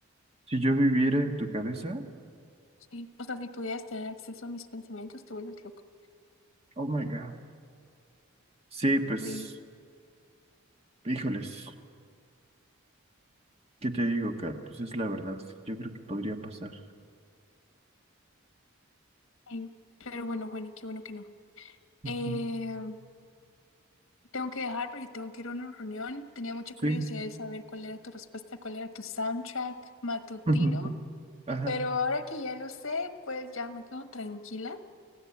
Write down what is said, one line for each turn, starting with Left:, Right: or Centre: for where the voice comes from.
Right: Si yo viviera en tu cabeza,
Left: Sí. O sea, si pudieras tener acceso a mis pensamientos, te vuelves loco.
Right: oh my God. Sí, pues,
Left: Sí.
Right: híjoles, ¿qué te digo, Kat? Pues es la verdad. Yo creo que podría pasar.
Left: sí. Pero bueno, Juani, qué bueno que no.
Right: Ujú.
Left: Eh, tengo que dejar porque tengo que ir a una reunión. Tenía mucha
Right: Sí.
Left: curiosidad de saber cuál era tu respuesta, cuál era tu soundtrack matutino.
Right: <laughs> Ajá.
Left: Pero ahora que ya lo sé, pues ya me quedo tranquila.